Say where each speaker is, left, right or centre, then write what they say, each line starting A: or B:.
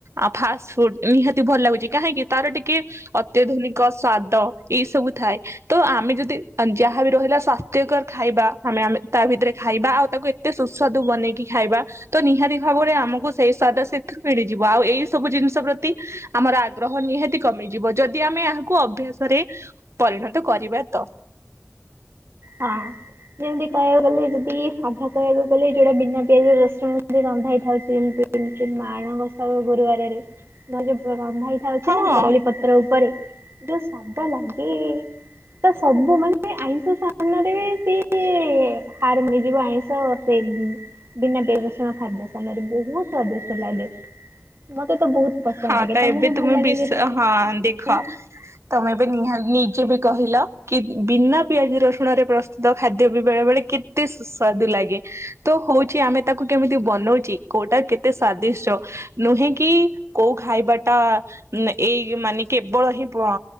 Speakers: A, on the right; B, on the right.
A: ଆ ଫାଷ୍ଟ ଫୁଡ ନିହାତି ଭଲ ଲାଗୁଛି କାହିଁକି ତାର ଟିକେ ଅତ୍ୟାଧୁନିକ ସ୍ଵାଦ ଏଇ ସବୁ ଥାଏ, ତ ଆମେ ଯଦି ଯାହାବି ରହିଲା ସ୍ଵାସ୍ଥ୍ୟକର ଖାଇବା ଆମେ ଆମେ ତା ଭିତରେ ଖାଇବା ଆଉ ତାକୁ ଏତେ ସୁସ୍ୱାଦୁ ବନେଇକି ଖାଇବା ତ ନିହାତି ଭାବରେ ଆମକୁ ସେଇ ଵାଦ ସେଥିୁ ମିଳିଯିବ, ଆଉ ଏଇ ସବୁ ଜିନିଷ ପ୍ରତି ଆମର ଆଗ୍ରହ ନିହାତି କମିଯିବ ଯଦି ଆମେ କୁ ଅଭ୍ୟାସରେ ପରିଣତ କରିବା ତ।
B: ହଁ। ଯେମିତି କହିବାକୁ ଗଲେ ଯଦି ସାଧା କହିବାକୁ ଗଲେ, ଯୋଉଟା ବିନା ପିଆଜ ରସୁଣ ରେ ରନ୍ଧା ହେଇଥାଉଛି ଯେମତି ଏମିତି ମାଣ ଗସା ଗୁରୁବାରରେ ନ ଯଉ ରନ୍ଧା ହେଇଥାଉଛି
A: ହଁ
B: ନା କଦଳୀ ପତ୍ର ଉପ ପରେ ଯୋଉ ସାଧା ଲାଗେ ତ ସବୁ ମାନେ ଆଇଷ <unintelligible> ବିନା ପିଆଜ ରସୁଣ ଖାଦ୍ୟ ସାମ୍ନାରେ ବହୁତ ସ୍ଵାଦିଷ୍ଟ ଲାଗେ। ମତେ ତ ବହୁତ ପସନ୍ଦ
A: ହଁ
B: ଲାଗେ
A: ତ
B: ତମକୁ
A: ଏବେ ତୁମେ
B: ଭଲ ଲାଗେ
A: ବିଷ
B: କି
A: ହଁ ଦେଖ।
B: ନାହିଁ?
A: ତମେ ବି ନିହା ନିଜେ ବି କହିଲ କି ବିନା ପିଆଜ ରସୁଣ ରେ ପ୍ରସ୍ତୁତ ଖାଦ୍ୟ ବି ବେଳେ ବେଳେ କେତେ ସୁସ୍ଵାଦୁ ଲାଗେ ତ ହଉଛି ଆମେ ତାକୁ କେମିତି ବନଉଚି କୋଉଟା କେତେ ସ୍ଵାଦି ସ - ନୁହେଁ କି? କୋଉ ଖାଇବାଟା ଏଇ ମାନେ କେବଳ ହିଁ ପ-